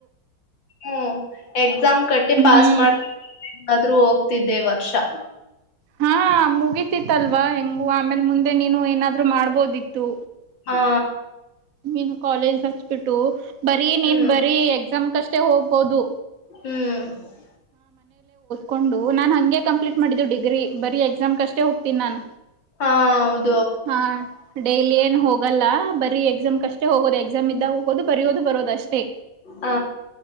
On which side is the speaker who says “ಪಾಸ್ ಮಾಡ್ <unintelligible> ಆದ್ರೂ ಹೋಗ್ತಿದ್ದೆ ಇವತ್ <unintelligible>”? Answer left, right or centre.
Left